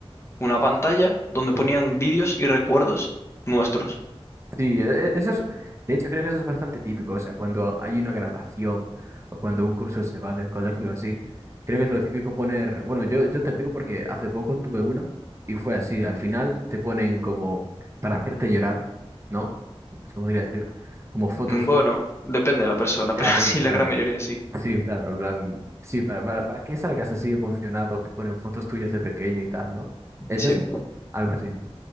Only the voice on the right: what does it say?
Sí.
Sí, e- e- eso es, de hecho creo que eso es bastante típico, o sea, cuando hay una graduación o cuando un curso se va del colegio así, creo que es lo típico poner, bueno, yo, yo te lo digo porque hace poco tuve una y fue así, al final te ponen como para hacerte llorar, ¿no? Se podría decir, como fotos
tuyas.
Ya,
bueno,
claro,
sí, claro, en plan, sí, para, para, para que salgas así emocionado, te ponen fotos tuyas de pequeño y tal, ¿no? ¿Es
eso? Algo así, ¿no?